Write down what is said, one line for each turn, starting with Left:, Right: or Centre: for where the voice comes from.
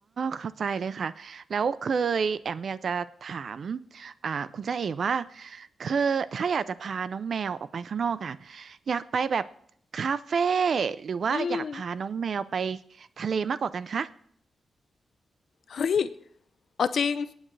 Right: เข้าใจเลยค่ะแล้วเคยแอมอยากจะถามอ่าคุณจ่าเอ๋ว่าเคยถ้าอยากจะพาน้องแมวออกไปข้างนอกอ่ะอยากไปแบบคาเฟ่หรือว่าอยากพาน้องแมวไป
Left: <laughs> อืม
Right: ทะเลมากกว่ากันคะ
Left: เฮ้ย เอาจริง